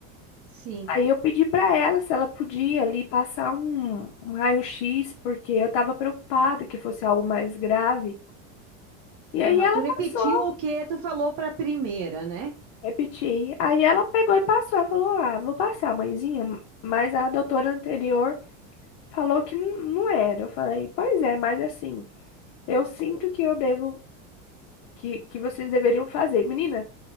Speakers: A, on the right (about 50°); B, on the left (about 50°).
A: sim.
B: Aí eu pedi para ela se ela podia ali passar um, um raio-x, porque eu estava preocupada que fosse algo mais grave. E aí
A: Aham.
B: ela
A: Tu
B: passou,
A: repetiu o que tu falou para a primeira, né?
B: repeti. Aí ela pegou e passou. Ela falou: Ah, vou passar, mãezinha. Mas a doutora anterior falou que não, não era. Eu falei: Pois é, mas assim, eu sinto que eu devo, que, que vocês deveriam fazer. Menina,